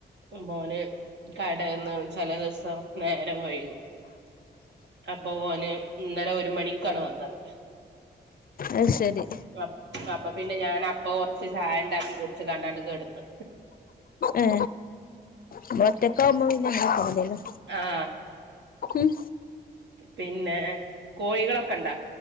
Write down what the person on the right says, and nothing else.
മോന് കടേന്ന് ചെലെ ദിവസം നേരം വൈകും അപ്പൊ ഓന് ഇന്നലെ ഒരു മണിക്കാണ് വന്നത്
അപ്പ് അപ്പൊ പിന്നെ ഞാൻ അപ്പെ കൊറച്ച് ചായണ്ടാക്കി കുട്ച്ച് കാണ്ടങ്ങ് കെടന്ന്
ആ
പിന്നെ കോഴികളൊക്കെ ഇണ്ടോ